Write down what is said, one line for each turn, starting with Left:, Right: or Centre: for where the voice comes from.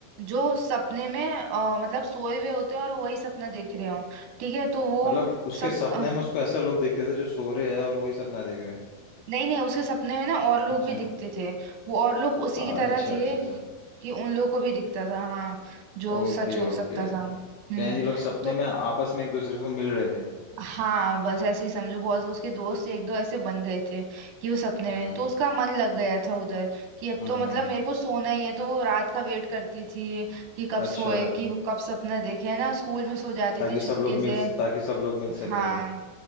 Right: जो सपने में अ, मतलब सोए हुए होते हैं और वो वही सपना देख रहे हो ठीक है तो वो
Left: मतलब उसके
Right: सब
Left: सपने
Right: अ,
Left: में उसको ऐसे लोग दिखते थे जो सो रहे हैं और वही सपना देख रहे हैं
Right: नहीं नहीं उसके सपने में ना और लोग
Left: अच्छा
Right: भी दिखते थे वो और लोग उसी
Left: आ,
Right: की तरह
Left: अच्छा
Right: थे
Left: अच्छा अच्छा
Right: कि उन लोगों को भी दिखता था हाँ जो
Left: ओके
Right: सच हो
Left: ओके
Right: सकता
Left: तो
Right: था हम्म
Left: यानी ये लोग सपने
Right: तो
Left: में आपस में एक दूसरे को मिल रहे थे
Right: हाँ बस ऐसे ही समझो बहुत उसके दोस्त एक दो ऐसे बन गए थे कि वो सपने
Left: हम्म
Right: में तो उसका मन लग गया था उधर कि अब
Left: हम्म
Right: तो मतलब मेरे को सोना ही है तो वो रात का वेट करती थी कि कब
Left: अच्छा
Right: सोए कि वो कब सपना देखे है ना स्कूल में सो जाती
Left: ताकि
Right: थी चुपके
Left: सब लोग
Right: से
Left: मिल ताकि सब लोग मिल
Right: हाँ
Left: सके